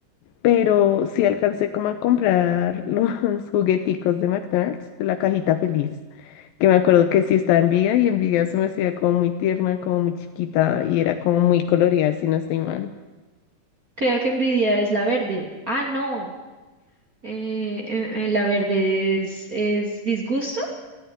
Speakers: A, on the left; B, on the right.
A: pero sí alcancé como a comprar los <laughs> jugueticos de McDonald's, la cajita feliz, que me acuerdo que sí estaba en Viga y en Viga se me hacía como muy tierna, como muy chiquita y era como muy colorida, si no estoy mal.
B: Creo que Envidia es la verde. Ah, no, eh, eh, eh, la verde es, es disgusto.